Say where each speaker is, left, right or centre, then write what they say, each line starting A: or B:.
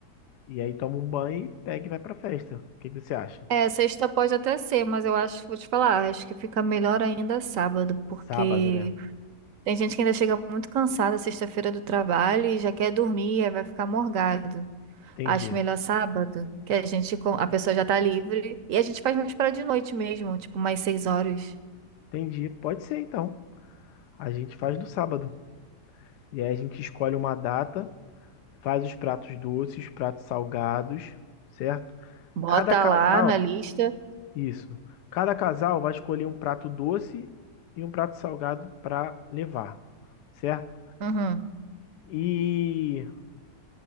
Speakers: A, on the left (about 80°); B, on the right (about 65°).
A: E aí toma um banho e pega e vai pra festa. O que que você acha?
B: É, sexta pode até ser, mas eu acho, vou te falar, acho que fica melhor ainda sábado, porque
A: Sábado, né?
B: tem gente que ainda chega muito cansada sexta-feira do trabalho e já quer dormir, aí vai ficar morgado.
A: Entendi.
B: Acho melhor sábado, que a gente com- a pessoa já tá livre e a gente faz mais para de noite mesmo, tipo mais seis horas.
A: Entendi. Pode ser então. A gente faz no sábado. E aí a gente escolhe uma data, faz os pratos doces, pratos salgados, certo?
B: Bota
A: Cada casal,
B: lá na lista.
A: isso. Cada casal vai escolher um prato doce e um prato salgado para levar, certo?
B: Uhum,
A: E